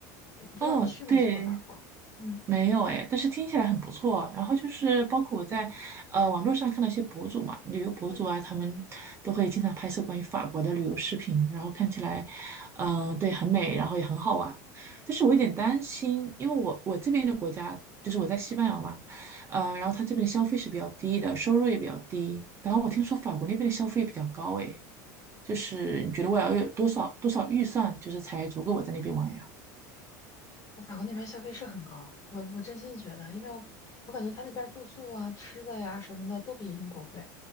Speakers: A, on the left; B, on the right.
A: 不知道你去没去过法国？
B: 哦，对。
A: 嗯
B: 没有哎，但是听起来很不错啊。然后就是包括我在呃网络上看到一些博主嘛，
A: 嗯
B: 旅游博主啊，
A: 嗯
B: 他们都会经常拍摄关于法国的旅游视频，然后看起来，嗯、对，很美，然后也很好玩。但是我有点担心，因为我我这边的国家就是我在西班牙嘛，嗯、然后他这边的消费是比较低的，收入也比较低。然后我听说法国那边的消费比较高哎，就是你觉得我要有多少多少预算，就是才足够我在那边玩呀？
A: 法国那边消费是很高，我我真心觉得，因为我我感觉他那边住宿啊、吃的呀什么的都比英国贵。